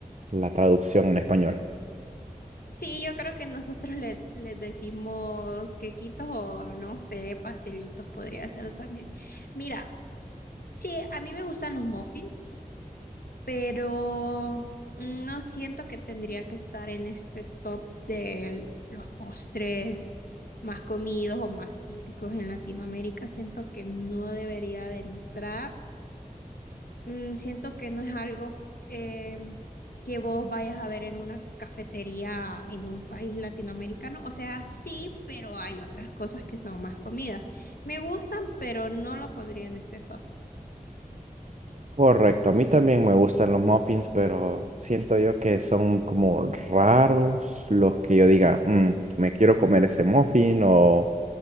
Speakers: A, on the right; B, on the left.
A: la traducción en español.
B: sí, yo creo que nosotros le, les decimos quequitos o no sé, pastelitos podría ser también. Mira, sí, a mí me gustan los muffins. pero no siento que tendría que estar en este top de los postres más comidos o más típicos en Latinoamérica. Siento que no debería de entrar. Mm, siento que no es algo eh, que vos vayas a ver en una cafetería en un país latinoamericano. O sea, sí, pero hay otras cosas que son más comidas. Me gustan, pero no lo pondría en este top.
A: Correcto, a mí también me gustan los muffins, pero siento yo que son como raros los que yo diga, "Mm, me quiero comer ese muffin o,